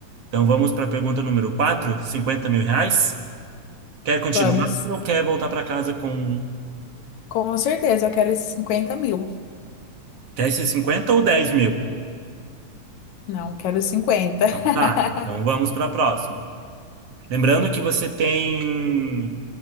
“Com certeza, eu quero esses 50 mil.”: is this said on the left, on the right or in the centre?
Left